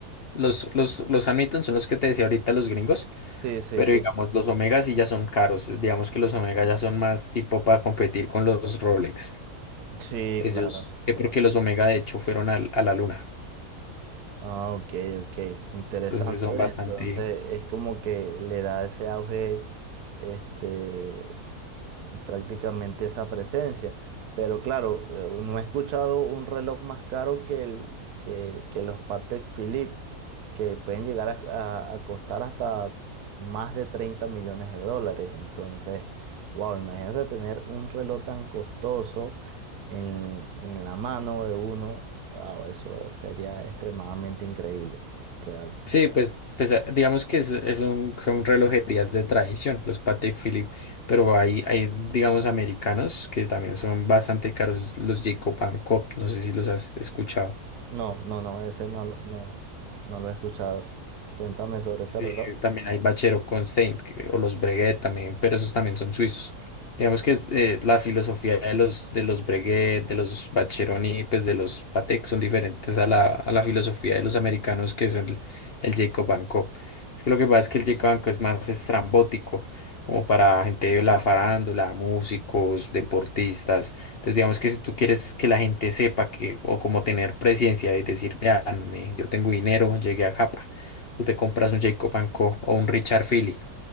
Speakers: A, on the left (about 50°); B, on the right (about 80°).
A: los, los, los Hamilton son los que te decía ahorita los gringos,
B: Sí, sí,
A: pero
B: sí.
A: digamos, los Omega sí ya son caros. Digamos que los Omega ya son más tipo para competir con los Rolex.
B: Sí,
A: Ellos,
B: claro.
A: que porque los Omega de hecho fueron al- a la luna,
B: Ah, ok, ok, interesante.
A: entonces son
B: ve,
A: bastante...
B: Entonces es como que le da ese auge este, prácticamente esa presencia. Pero claro, eh, no he escuchado un reloj más caro que, el, que, que los Patek Philippe, que pueden llegar a, a- a costar hasta más de 30 millones de dólares. Entonces, wow, imagínate tener un reloj tan costoso en, en la mano de uno. Wow, eso sería extremadamente increíble, real.
A: Sí, pues, pues eh, digamos que es, es un, son relojerías de tradición, los Patek Philippe, pero hay, hay, digamos, americanos que también son bastante caros, los Jacob Cop, no sé si los has escuchado.
B: No, no, no, ese no, lo- no, no lo he escuchado. Cuéntame sobre ese
A: Sí,
B: reloj.
A: también hay Bachero con Stein, que- o los Breguet también, pero esos también son suizos. Digamos que eh, la filosofía de los, de los Breguet, de los Bacheroni, pues de los Patek son diferentes a la, a la filosofía de los americanos que son el, el Jacob and Co. Es que lo que pasa es que el Jacob and Co es más estrambótico, como para gente de la farándula, músicos, deportistas. Entonces digamos que si tú quieres que la gente sepa que, o como tener presencia y decir, vean, me- yo tengo dinero, llegué a Japa. Tú te compras un Jacob and Co. o un Richard Philly.